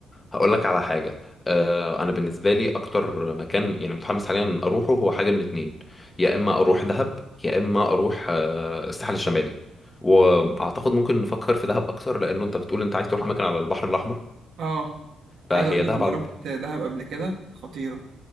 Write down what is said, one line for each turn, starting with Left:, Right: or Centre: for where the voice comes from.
Left: هقول لك على حاجه آه، انا بالنسبه لي اكتر مكان يعني متحمس حاليا اروحه هو حاجه من اتنين يا اما اروح دهب يا اما اروح آه، الساحل الشمالي واعتقد ممكن نفكر في دهب اكتر لانه انت بتقول انت عايز تروح اماكن على البحر الاحمر
Right: اه عايز
Left: فهي
Right: اقول لك
Left: دهب
Right: انا
Left: على الب...
Right: رحت دهب قبل كده خطيره